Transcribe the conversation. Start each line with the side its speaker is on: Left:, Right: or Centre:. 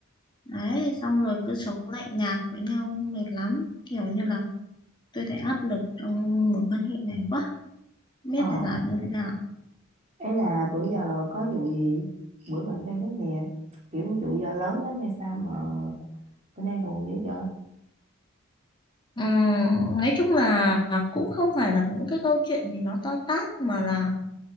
Left: đấy, xong rồi cứ sống lạnh nhạt với nhau mệt lắm. Kiểu như là tôi thấy áp lực trong mối quan hệ này quá. Không biết
Right: ờ,
Left: phải làm như thế nào.
Right: ấy là bữa giờ có vụ gì? Bữa gần đây nhất nè, kiểu vụ giờ lớn lắm hay sao mà bữa nay buồn dữ vậy?
Left: Ừm, nói chung là cũng không phải là những cái câu chuyện gì nó to tát mà là